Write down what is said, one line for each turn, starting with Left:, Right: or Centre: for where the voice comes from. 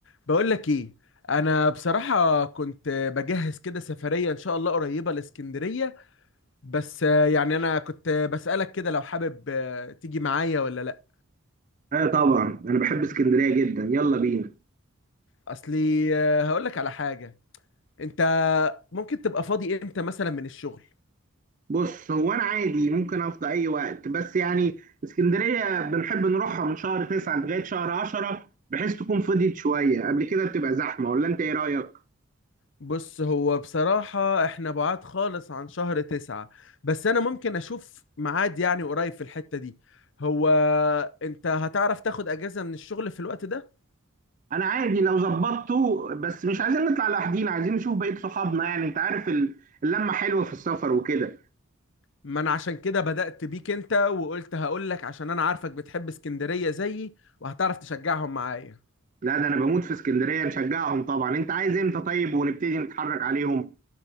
Left: بقول لك ايه انا بصراحة كنت بجهز كده سفرية ان شاء الله قريبة لاسكندرية بس آه، يعني انا كنت بسألك كده لو حابب آه، تيجي معايا ولا لا
Right: اه طبعا انا بحب اسكندريه جدا يلا بينا
Left: اصلي هقول لك على حاجة انت ممكن تبقى فاضي امتى مثلا من الشغل
Right: بص هو انا عادي ممكن افضى اي وقت بس يعني اسكندريه بنحب نروحها من شهر تسعة لغايه شهر عشرة بحيث تكون فضيت شويه قبل كده بتبقى زحمه ولا انت ايه رايك
Left: بص هو بصراحة احنا بعاد خالص عن شهر تسعة بس انا ممكن اشوف ميعاد يعني قريب في الحتة دي هو انت هتعرف تاخد اجازة من الشغل في الوقت ده
Right: انا عادي لو ظبطته بس مش عايزين نطلع لوحدينا عايزين نشوف بقيه صحابنا يعني انت عارف ال- اللمه حلوه في السفر وكده
Left: ما انا عشان كده بدأت بيك انت وقلت هقول لك عشان انا عارفك بتحب اسكندرية زيي وهتعرف تشجعهم معايا
Right: لا ده انا بموت في اسكندريه نشجعهم طبعا انت عايز امتى طيب ونبتدي نتحرك عليهم